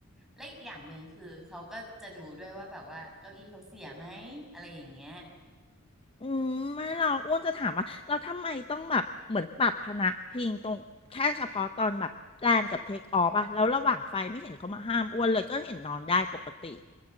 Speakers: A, in the centre; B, on the left (about 25°).
A: และอีกอย่างหนึ่งคือเขาก็จะดูด้วยว่าแบบว่าเก้าอี้เขาเสียไหมอะไรอย่างเงี้ย
B: อืมไม่เราอ้วนจะถามว่าเราทำไมต้องแบบเหมือนปรับพนักพิงตรงแค่เฉพาะตอนแบบแลนกับเทคออฟอะแล้วระหว่างไฟไม่เห็นเขามาห้ามอ้วนเลยก็เห็นนอนได้ปกติ